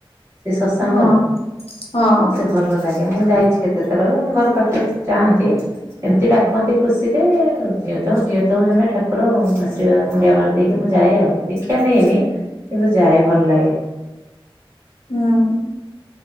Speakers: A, on the right; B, on the left.
A: ସେ ଶତ୍ସଙ୍ଗର
B: ହଁ ହଁ
A: ମତେ ଭଲ ଲାଗେ ମୁଁ ଯାଇଛି କେତେ ଥର ଆମ ଘର ପାଖରେ ତ ଚାହାନ୍ତି ଏମିତି ଡାକନ୍ତି ଖୁସିରେ ତ ଝଅ ତ ହଉ ଜଣେ ଠାକୁର। ଆଶୀର୍ବାଦ ମୁଣ୍ଡିଆ ମାରି ଦେଇକି ମୁଁ ଯାଏ ଆଉ ଦୀକ୍ଷା ନେଇନି କିନ୍ତୁ ଯାଏ ଭଲ ଲାଗେ।
B: ହୁଁ।